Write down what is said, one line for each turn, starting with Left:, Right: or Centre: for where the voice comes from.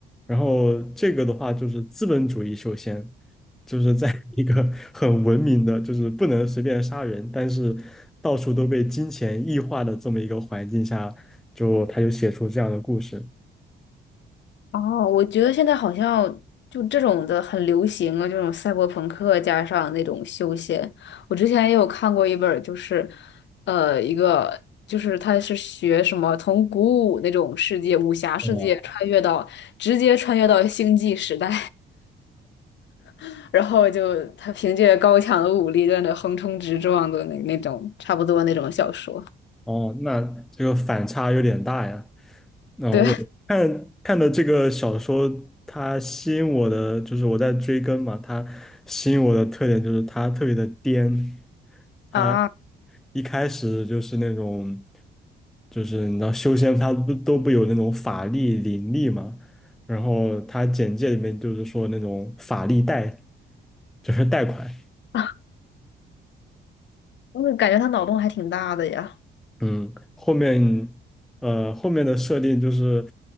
Centre: 然后这个的话就是资本主义修仙。就是在 <laughs> 一个很文明的，就是不能随便杀人，但是到处都被金钱异化的这么一个环境下，就他就写出这样的故事。
Left: 哦，我觉得现在好像就这种的很流行啊，这种赛博朋克加上那种休闲。我之前也有看过一本儿，就是，呃，一个就是他是学什么从古武那种世界、武侠世界穿越到直接穿越到星际时代，
Centre: 哦，
Left: <laughs> 然后就他凭借高强的武力在那横冲直撞的那那种差不多那种小说。
Centre: 哦，那这个反差有点大呀。那、
Left: 对
Centre: 我看看的这个小说，它吸引我的就是我在追更嘛，它吸引我的特点就是它特别的颠，它
Left: 啊，
Centre: 一开始就是那种，就是你知道修仙它不都不有那种法力灵力嘛，然后它简介里面就是说那种法力贷，就是贷款，
Left: <laughs> 我感觉他脑洞还挺大的呀。
Centre: 嗯，后面呃后面的设定就是